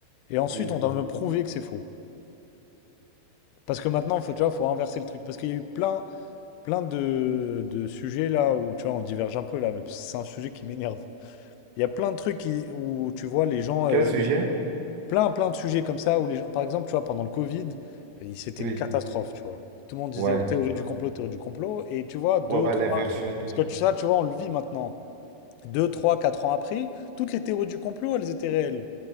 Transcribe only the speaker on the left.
Et ensuite,
on doit me prouver que c'est faux. Parce que maintenant, faut, tu vois, faut inverser le truc. Parce qu'il y a eu plein, plein de, de sujets là où, tu vois, on diverge un peu là, mais c'est un sujet qui m'énerve. Il y a plein de trucs qui- où, tu vois, les gens, euh,
Plein, plein de sujets comme ça où les gens, par exemple, tu vois, pendant le Covid, euh, il- c'était
une catastrophe, tu vois. Tout le monde disait
oh, théorie du complot, théorie du complot. Et tu vois, deux,
trois,
parce que tu- ça, tu vois, on le vit maintenant. Deux, trois, quatre ans après, toutes les théories du complot, elles étaient réelles.